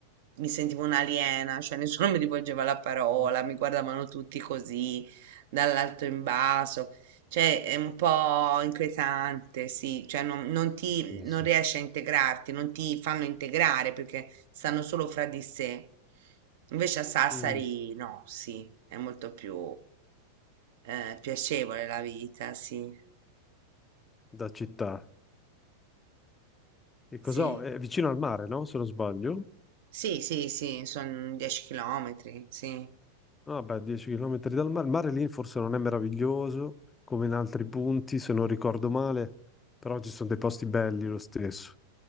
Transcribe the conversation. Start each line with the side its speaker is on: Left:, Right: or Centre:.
Right: mi sentivo un'aliena, cioè nessuno <laughs> mi rivolgeva la parola,
Left: Mm.
Right: mi guardavano tutti così dall'alto in basso. Cioè, è un po' inquietante, sì, cioè non, non ti,
Left: Sì, sì,
Right: non
Left: sì.
Right: riesci a integrarti, non ti fanno integrare perché stanno solo fra di sé. Invece a Sassari
Left: Mm,
Right: no, sì, è molto più eh, piacevole la vita, sì,
Left: Da città. E
Right: sì,
Left: cos'ho? È vicino al mare, no? Se non sbaglio.
Right: sì, sì, sì, sono 10 chilometri, sì.
Left: Ah, beh, 10 km dal mare. Il mare lì forse non è meraviglioso come in altri punti, se non ricordo male, però ci sono dei posti belli lo stesso.